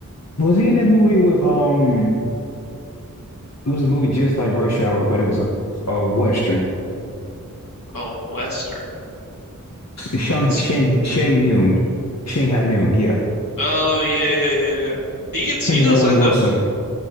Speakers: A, on the left; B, on the left.
A: was he in that movie with um? It was a movie just like Rush Hour, but it was a a Western.
B: Oh, Western.
A: Shang
B: It's
A: Shang Shang Noon, Shanghai Noon. Yeah,
B: oh yeah, yeah, yeah, yeah. He gets
A: him
B: he does
A: and Owen
B: end
A: Wilson.
B: up